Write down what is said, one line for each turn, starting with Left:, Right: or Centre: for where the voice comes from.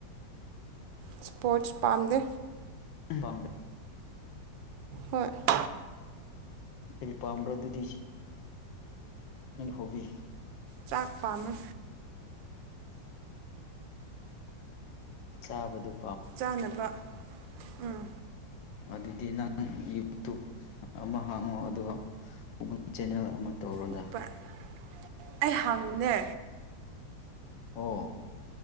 Right: ꯏꯁꯄꯣꯔꯠꯁ ꯄꯥꯝꯗꯦ
Left: UNINTELLIGIBLE
Right: ꯍꯣꯏ
Left: ꯀꯔꯤ ꯄꯥꯝꯕ꯭ꯔꯥ ꯑꯗꯨꯗꯤ ꯅꯪꯒꯤ ꯍꯣꯕꯤ
Right: ꯆꯥꯛ ꯄꯥꯝꯃꯦ
Left: ꯆꯥꯕꯗꯨ
Right: ꯆꯥꯅꯕ ꯎꯪ
Left: ꯑꯗꯨꯗꯤ ꯅꯪ ꯌꯨꯇꯨꯞ ꯑꯃ ꯍꯥꯡꯉꯣ ꯑꯗꯨꯒ ꯒꯨꯒꯜ ꯆꯦꯟꯅꯦꯜ ꯑꯃ ꯇꯧꯔꯣꯗ
Right: ꯎꯠ-ꯄꯥꯠ ꯑꯩ ꯍꯥꯡꯕꯅꯦ
Left: ꯑꯣꯑꯣ